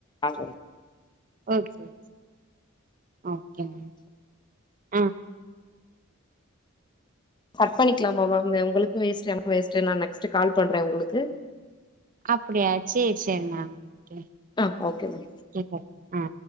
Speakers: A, on the left (about 20°); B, on the right (about 40°).
A: ஆளு
B: சர் சரி சரி சரி ஆ ஒகேங்க ஆ
A: கர் பண்ணிக்குலாமா மேம் ஆ உங்களுக்கு வேஸ்ட் என்னக்ஙு வேஸ்ட்டு நா நெக்ஸ்ட்டு கால் பண்றே உங்களுக்கு
B: அப்டியா சே சே மா கே
A: ஆ ஓகே மேம்
B: கேக்க ஆ